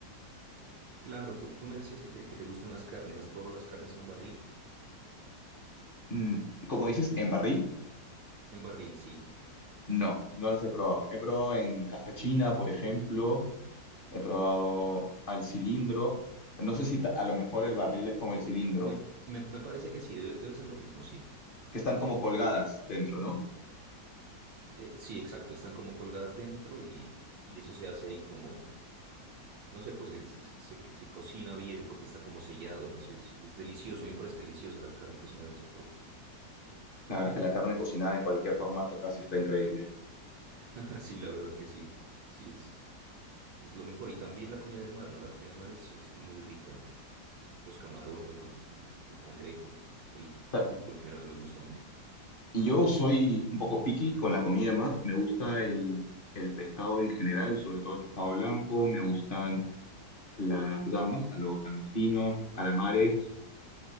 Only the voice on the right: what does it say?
Claro, tú, tú me decías que te, que te gustan las carnes, ¿has probado las carnes en barril?
En barril, sí.
Eh,
me, me- me parece que sí, debe debe ser lo mismo, sí.
Eh, sí, exacto, están como colgadas dentro y, y eso se hace ahí como, no sé, pues es- es- se, se cocina bien porque está como sellado, no sé, es, es delicioso, a mí me parece deliciosa la carne cocinada de esa forma.
<laughs> Sí, la verdad que sí, sí, es, es lo mejor. Y también la comida de mar, ¿no? La comida de mar es, es muy rica, los camarones, los- el, el cangrejo, el
pulpo en general me gusta mucho.